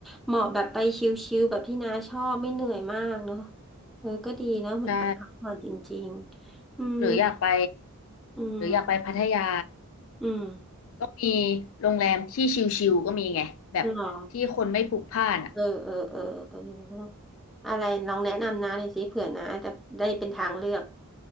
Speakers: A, in the centre; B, on the left (about 65°).
A: เหมาะแบบไปชิลๆแบบที่น้าชอบไม่เหนื่อยมากเนาะเออก็ดีเนาะเหมือนไปพักผ่อนจริงๆอืม
B: ใช่หรืออยากไป
A: อืม
B: หรืออยากไปพัทยา
A: อืม
B: มีโรงแรมที่ชิลๆก็มีไงแบบที่คนไม่พลุกพล่านอ่ะ
A: เหรอเออเออเออเอออะไรลองแนะนำนะเลยสิเผื่อนะจะได้เป็นทางเลือก